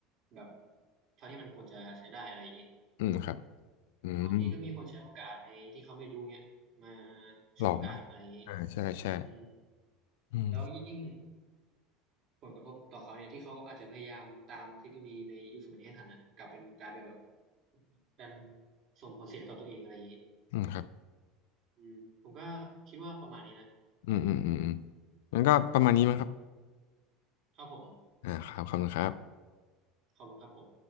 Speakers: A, on the right; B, on the left.
A: แบบเท่าที่มันควรจะใช้ได้อะไรอย่างนี้
B: อืมครับอืม
A: แต่บางทีก็มีคนใช้โอกาสในที่เขาไม่รู้เงี้ยมาฉวยโอกาสอะไรอย่างนี้
B: หลอกอ่าใช่ใช่
A: อืม
B: อืม
A: แล้วยิ่งผลกระทบต่อเขาเนี่ยที่เขาอาจจะพยายามตามเทคโนโลยีในยุคสมัยนี้ให้ทันอ่ะกลับเป็นกลายเป็นแบบดันส่งผลเสียต่อตัวเองอะไรอย่างนี้
B: อืมครับ
A: อืมผมก็คิดว่าประมาณนี้นะ
B: อืมอืมอืมอืมมันก็ประมาณนี้มั้งครับ
A: ครับผม
B: อ่าครับขอบคุณครับ
A: ขอบคุณครับผม